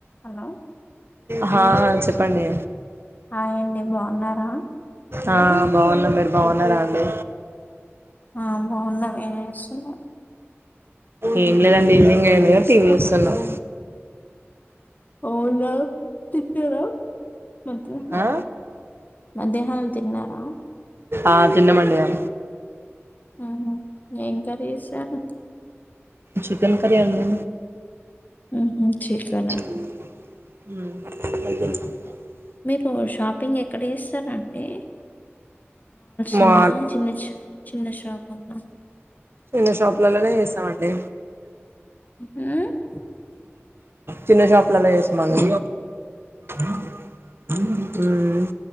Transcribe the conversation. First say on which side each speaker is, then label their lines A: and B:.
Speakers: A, on the left (about 35°); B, on the right (about 55°).
A: hello
B: హ చెప్పండి
A: hi అండి బాగున్నారా
B: ఆ బాగున్న మీరు బాగున్నారా అండి
A: ఆ బాగున్నం ఏం చేస్తురు
B: ఏం లేదండి ఈవినింగ్ అయింది గదా టీవీ చూస్తున్నాం
A: అవునా తిన్నారా మధ్యాహ్నం
B: ఆ
A: మధ్యాహ్నం తిన్నారా
B: ఆ తిన్నాం అండి ఇగ
A: ఆహ ఏం కర్రీ చేసారు
B: చికెన్ కర్రీ అండి
A: ఉహు చికెనా
B: హ్మ్
A: మీరు షాపింగ్ ఎక్కడ ఇస్తారండి <unintelligible>
B: మా
A: చిన్న చిన్న షాప్ అన్నా
B: చిన్న షాపులలోనే చేస్తామండి
A: ఉహు
B: చిన్న షాపులలోనే చేస్తామండి హ్మ్